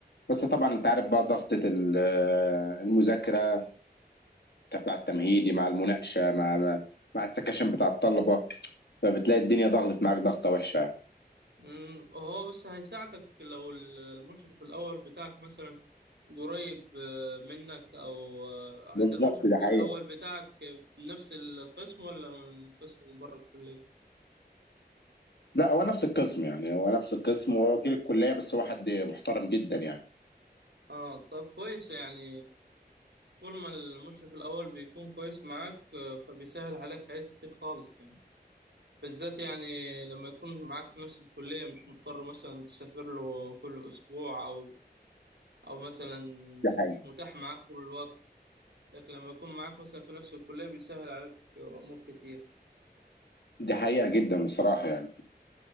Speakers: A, on the left; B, on the right.
A: بس طبعا انت عارف بقى ضغطة ال- المذاكرة بتاع التمهيدي مع المناقشة مع مع السكاشن بتاع الطلبة فبتلاقي الدنيا ضغطت معاك ضغطة وحشة
B: امم هو بس هيساعدك لو ال- المشرف الأول بتاعك مثلا قريب آه، منك أو آه،
A: بالظبط
B: أنت المشرف
A: ده حقيقة
B: الأول بتاعك في نفس القسم ولا من قسم من بره الكلية؟
A: لا هو نفس القسم يعني هو نفس القسم هو وكيل الكلية بس هو حد محترم جدا يعني
B: اه طب كويس يعني طول ما المشرف الأول بيكون كويس معاك آه، فبيسهل عليك حاجات كتير خالص يعني بالذات يعني لما يكون معاك في نفس الكلية مش مضطر مثلا تسافر له كل أسبوع أو أو مثلا
A: دي حقيقة
B: مش متاح معاك طول الوقت لكن لما يكون معاك مثلا في نفس الكلية بيسهل عليك أمور كتير
A: دي حقيقة جدا بصراحة يعني